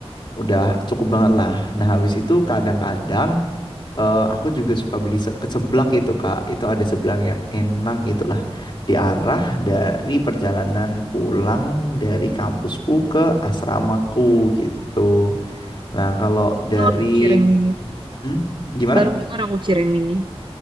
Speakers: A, on the left; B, on the right.
A: Udah cukup banget lah. Nah, habis itu kadang-kadang eh, aku juga suka beli se- ke seblak itu, Kak. Itu ada seblak yang enak gitu lah. Di arah dari perjalanan pulang dari kampusku ke asramaku gitu. Nah, kalau
B: baru dengar
A: dari
B: tuh cireng mini.
A: hmm, gimana?
B: Baru dengar aku cireng mini.